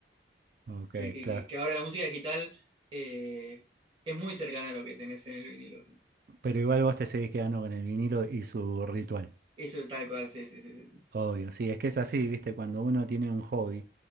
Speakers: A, on the right (about 55°); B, on the right (about 30°).
A: ok,
B: que, que-
A: claro.
B: que- que ahora la música digital eh, es muy cercana a lo que tenés en el vinilo, sí.
A: Pero igual vos te seguís quedando con el vinilo y su ritual.
B: Eso tal cual, sí, sí, sí, sí. Sí,
A: Obvio, sí, es que es así, viste, cuando uno tiene un hobby,